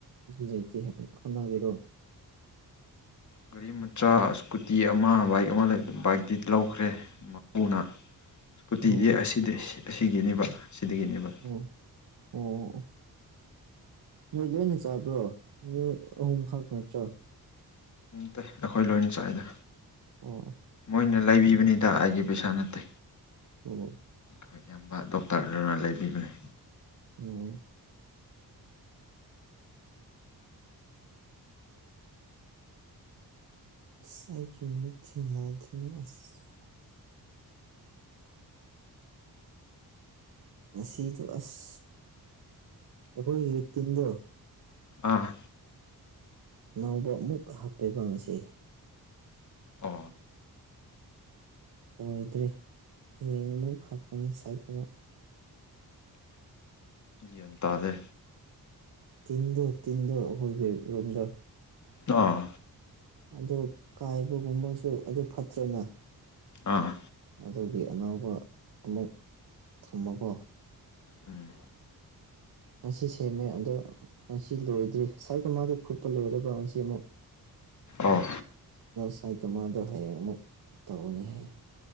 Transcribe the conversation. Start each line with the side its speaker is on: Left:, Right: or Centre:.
Right: ꯂꯩꯇꯦ ꯈꯅꯒꯤꯔꯣ
Left: ꯒꯥꯔꯤ ꯃꯆꯥ ꯏꯁꯀꯨꯇꯤ ꯑꯃ ꯕꯥꯏꯛ ꯑꯃ ꯕꯥꯏꯛꯇꯤ ꯂꯧꯈ꯭ꯔꯦ ꯎꯅ ꯁ꯭ꯀꯨꯇꯤꯗꯤ
Right: ꯑꯣ
Left: ꯑꯁꯤꯗꯤ ꯑꯁꯤꯒꯤꯅꯦꯕ ꯁꯤꯗꯒꯤꯅꯦꯕ
Right: ꯑꯣ ꯑꯣ ꯑꯣ ꯅꯣꯏ ꯂꯣꯏꯅ ꯆꯥꯕ꯭ꯔꯣ ꯅꯣꯏ ꯑꯍꯨꯝꯈꯛ ꯅꯠꯇ꯭ꯔꯥ
Left: ꯇꯦ ꯑꯩꯈꯣꯏ ꯂꯣꯏꯅ ꯆꯥꯏꯏꯗ
Right: ꯑꯥ
Left: ꯃꯣꯏꯅ ꯂꯩꯕꯤꯕꯅꯤꯗ ꯑꯩꯒꯤ ꯄꯩꯁꯥ ꯅꯠꯇꯦ
Right: ꯑꯣ
Left: ꯑꯩꯈꯣꯏ ꯌꯥꯝꯕ ꯗꯣꯛꯇꯔ ꯑꯗꯨꯅ ꯂꯩꯕꯤꯕꯅꯤ
Right: ꯍ ꯁꯥꯏꯒꯤ ꯃꯊ꯭ ꯌꯥꯗꯅꯦ ꯑꯁ ꯑꯁꯤꯗꯣ ꯑꯁ ꯑꯩꯈꯣꯏ ꯍ ꯇꯤꯟꯗꯣ
Left: ꯑꯥ
Right: ꯅꯧꯕ ꯑꯃꯨꯛ ꯍꯥꯞꯄꯤꯕ ꯉꯁꯤ
Left: ꯑ
Right: ꯑꯣꯏꯗ꯭ꯔꯦ ꯍꯌꯦꯡ ꯑꯃꯨ ꯍꯥꯞꯄꯅꯤ ꯁꯥꯏ ꯀꯨꯝꯕ
Left: ꯌꯟꯇꯥꯗꯦ
Right: ꯇꯤꯟꯗꯣ ꯇꯤꯟꯗꯣ ꯑꯩꯈꯣꯏꯒꯤ ꯔꯨꯝꯗ
Left: ꯑꯥ
Right: ꯑꯗꯨ ꯀꯥꯏꯕꯒꯨꯝꯕꯁꯨ ꯑꯗꯨ ꯐꯠꯇ꯭ꯔꯦꯅ
Left: ꯑꯥ
Right: ꯑꯗꯨꯒꯤ ꯑꯅꯥꯕ ꯑꯃꯨꯛ ꯊꯝꯃꯒꯣ
Left: ꯎꯝ
Right: ꯃꯁꯤꯁꯤ ꯁꯦꯃꯦ ꯑꯗꯨꯗ꯭ꯔꯣ ꯑꯁꯤ ꯂꯣꯏꯗ꯭ꯔꯤ ꯁꯥꯏꯒ ꯃꯥꯗꯤꯩ ꯈꯨꯄ ꯂꯣꯏꯦꯔꯕ ꯉꯁꯤ ꯑꯃꯨꯛ
Left: ꯑꯣ
Right: ꯁꯥꯏ ꯀꯃꯥꯗ ꯍꯥꯏ ꯑꯃꯨꯛ ꯇꯧꯅꯤ ꯍꯥꯏ